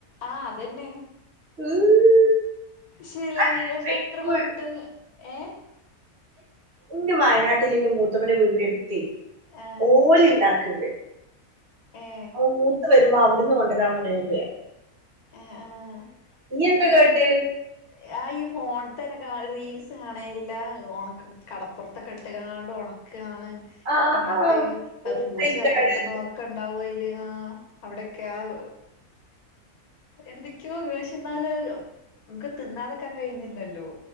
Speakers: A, on the left (about 80°); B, on the right (about 50°).
A: ആഹ് അത് തന്നെ
B: <inaudible>
A: പക്ഷേല്
B: ആ,
A: നമ്മക്ക്
B: ഫെക്കുൾ.
A: എത്ര പറഞ്ഞിട്ട് ഏ
B: എന്റെ വയനാട്ടിൽ എന്റെ മൂത്തമ്മേൻ്റെ വീടിൻ്റെ അടു ത്തെ
A: ആഹ്
B: ഓല് ഉണ്ടാക്കണ്ട്
A: ഏ
B: അപ്പോ മൂത്ത്‌ വരുമ്പോ അവിടുന്ന് കൊണ്ടുവരാൻ പറയണ്ട് ഞാ
A: ആ ആഹ്
B: എന്താ
A: ഇതുവരൊക്കെ
B: കേട്ട്
A: ആഹ് ഈ ഫോണത്തെ റീൽസ് കാണേ എല്ലാ ഉണക്ക കടപ്പുറത്തൊക്കെ ഇട്ടങ്ങാണ്ട് ഒണ ക്കാണ്
B: ആ
A: എന്നിട്ട്
B: ആ,
A: അത്
B: മൂത്തയ്ക്കാണ്
A: പൂച്ച ചത്ത്‌ കിടക്കുന്നതൊക്കെ ഉണ്ടാവും അതില് ആഹ് അവിടൊക്കെ ആഹ് എന്തൊക്കെയോ പക്ഷെ എന്നാല് നമ്മക്ക് തിന്നാതക്കാൻ കഴിയുന്നില്ലല്ലോ